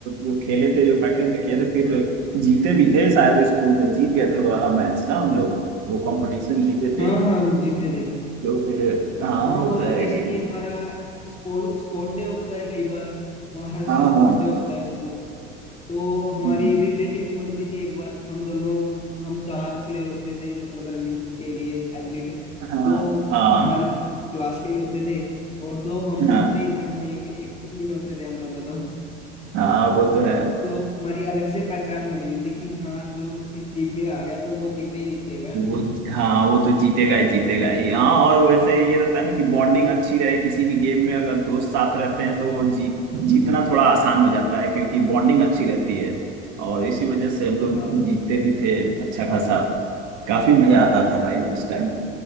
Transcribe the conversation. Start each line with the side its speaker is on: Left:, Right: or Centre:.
Right: वो खेले थे जो प्रैक्टिस भी किए थे फिर जीते भी थे शायद स्कूल में जीत गए थे वो वाला मैच ना हम लोग वो कंपटीशन जीते थे
Left: हाँ हाँ जीते थे
Right: तो फिर हाँ
Left: हाँ
Right: वो
Left: और
Right: तो है
Left: जैसे
Right: कि
Left: कि हमारा स्पोर्ट स्पोर्ट डे होता है कई बार वहाँ हर
Right: हाँ
Left: साल स्पोर्ट
Right: हाँ
Left: डे होता है स्कूल तो हमारी
Right: हम्म,
Left: रिले टीम बनती थी एक बार हम दोनों हम चार प्लेयर होते थे मतलब रनिंग के लिए एथलीट
Right: हाँ
Left: दो
Right: हाँ
Left: हमारे क्लास के ही होते थे और दो हम होते
Right: हाँ
Left: ही थे हम एक एक टीम में होते थे हम दोनों तो
Right: हाँ वो तो है
Left: तो हमारी अलग से पहचान बनी हुई थी कि हाँ जो इस टीम में आ गया तो वो जीते ही जीतेगा
Right: वो हाँ वो तो जीतेगा ही जीतेगा ही हाँ और वैसे ये रहता है ना कि बॉन्डिंग अच्छी रहे किसी भी गेम में अगर दोस्त साथ रहते हैं तो जीत जीतना थोड़ा आसान हो जाता है क्योंकि बॉन्डिंग अच्छी रहती है और इसी वजह से हम लोग
Left: हाँ
Right: जीतते भी थे अच्छा खासा काफी मजा आता था भाई उस टाइम तो